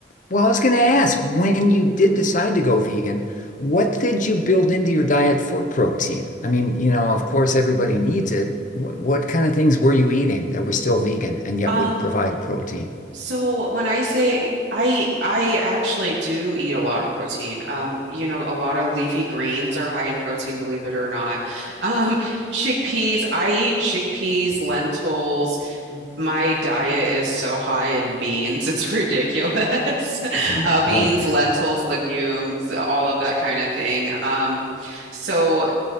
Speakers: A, on the left; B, on the right.
A: Well, I was going to ask, when you did decide to go vegan, what did you build into your diet for protein? I mean, you know, of course, everybody needs it. What, what kind of things were you eating that were still vegan and yet
B: Um,
A: would provide protein?
B: so when I say I I actually do eat a lot of protein. Um, you know, a lot of leafy greens are high in protein, believe it or not. Um, chickpeas, I eat chickpeas, lentils. My diet is so high in beans, it's ridiculous. <laughs>
A: Mm,
B: Uh, beans,
A: Oh, yeah.
B: lentils, legumes, all of that kind of thing. Um, so